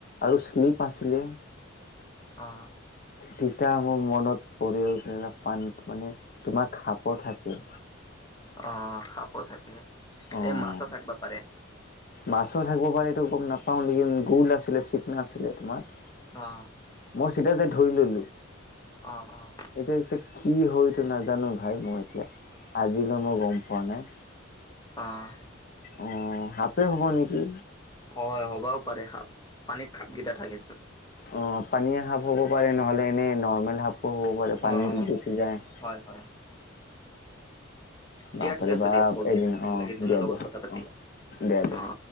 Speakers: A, on the left (about 45°); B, on the left (about 20°).
A: আৰু শ্লিপ আছিলে।
B: অঁ।
A: তেতিয়া মোৰ মনত পৰিল পানীত মানে তোমাৰ খাপও থাকে।
B: অ খাপো থাকে।
A: অঁ।
B: এই মাছো থাকিব পাৰে
A: মাছো থাকিব পাৰে গম নাপাওঁ লেকিন গোল আছিলে চিকনা আছিলে তোমাৰ।
B: অ
A: মই চিধা যায় ধৰি ললোঁ।
B: অ অ
A: এতিয়া এতিয়া কি হয় এইটো নাজানো ভাই মই এতিয়া আজিলৈ মই গম পোৱা নাই
B: অঁহ।
A: অঁ সাপে হ'ব নেকি।
B: হয় হবাও পাৰে সাপ পানীত সাপকেইটা থাকেচোন
A: অঁ পানীয়ে সাপ হ'ব পাৰে নহ'লে এনেই নৰ্মেল সাপো হ'ব পাৰে
B: অ',
A: পানীত গুচি যায়।
B: হয় হয়। দিয়া
A: বাপৰে
B: ঠিক আছে
A: বাপ
B: দিয়া থওঁ দিয়া,
A: এদিন
B: ভাল
A: অ
B: লাগিল তোমাৰ
A: দিয়া
B: লগত
A: দিয়া
B: কথা পাতি,
A: অ দিয়া দিয়া।
B: অ'।